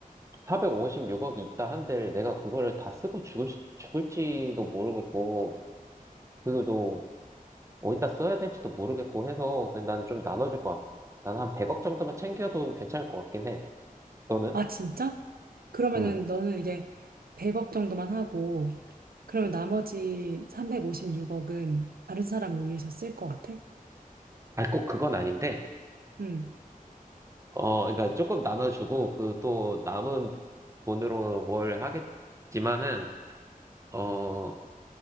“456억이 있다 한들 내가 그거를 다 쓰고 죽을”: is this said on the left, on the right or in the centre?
Right